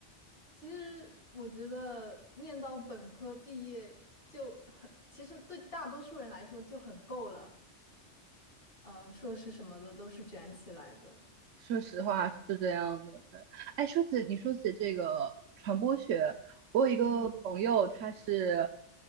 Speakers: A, on the left (about 50°); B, on the right (about 80°).
A: 其实我觉得念到本科毕业就很，其实对大多数人来说就很够了。呃，硕士什么的都是卷起来的。
B: 说实话是这样的，对。哎，说起你说起这个传播学，我有一个朋友，
A: 嗯，
B: 他是